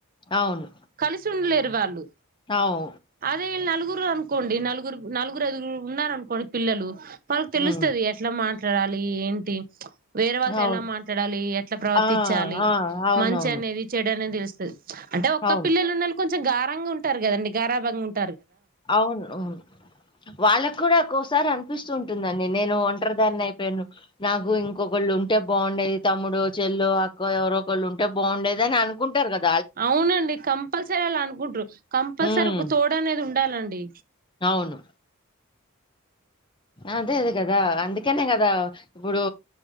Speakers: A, on the left; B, on the right.
A: అవును.
B: కలిసుండలేరు దివాళ్ళు
A: అవు
B: అదే నాలుగు నలుగురు అనుకోండి నలుగురు నలుగురు ఐదుగురు ఉన్నారు అనుకోండి పిల్లలు వాళ్ళకి
A: హ్మ్.
B: తెలుస్తది ఎట్లా మాట్లా మాట్లాడాలి ఏంటి వేరే వాళ్ళతో
A: అవును.
B: ఎలా మాట్లాడాలి ఎట్లా ప్రవర్తించాలి
A: ఆ! ఆ! అవునవును.
B: మంచి అనేది చెయడాని తెలుసు స అంటే ఒక్క
A: అవును.
B: పిల్లలు ఉన్న కొంచెం కొంచం గారంగా ఉంటారు కదండి గారాభంగా ఉంట
A: అవును అవును వాళ్ళకు కూడా కోస్ ఒకసారి అనిపిస్తూ ఉంటుందండి. నేను ఒంటరి దాని అయిపోయాను. నాకు ఇంకొకళ్ళు ఉంటే బాగుండేది తమ్ముడు చెల్లు అక్క ఎవరో ఒకళ్ళు ఉంటే బాగుండేది. అని అనుకుంటారు కదా.
B: అవునండి కంపల్సరీ అలా అనుకుంట్రూ కంపల్సరీ
A: హ్మ్.
B: ఒక తోడ్ అనేది ఉంట ఉండాలండి
A: అవును అదే అది కదా అందుకనే కదా ఇప్పుడు